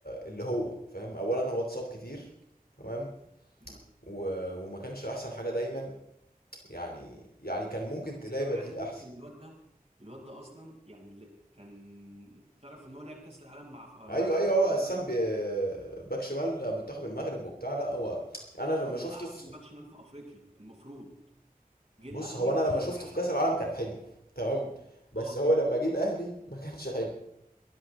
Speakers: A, on the left; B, on the right.
A: اللي هو فاهم اولا هو اتصاب كتير تمام
B: امم
A: و... وما كانش احسن حاجه دايما يعني يعني كان ممكن تلاقي
B: بس انا
A: بديل
B: عايز اقول
A: احسن
B: لك ان الواد ده الواد ده اصلا يعني اللي كان تعرف ان هو لعب كاس العالم مع ف- مع
A: ايوه ايوه هو قسام
B: المغرب
A: ب- باك شمال منتخب المغرب وبتاع لا هو انا لما
B: وهو
A: شفته
B: احسن
A: في
B: باك شمال في افريقيا المفروض جه الاهلي
A: بص هو انا لما
B: انا
A: شفته
B: معاك
A: في كاس العالم كان حلو تمام بس
B: اه
A: هو
B: جدا
A: لما جه الاهلي ما كانش حلو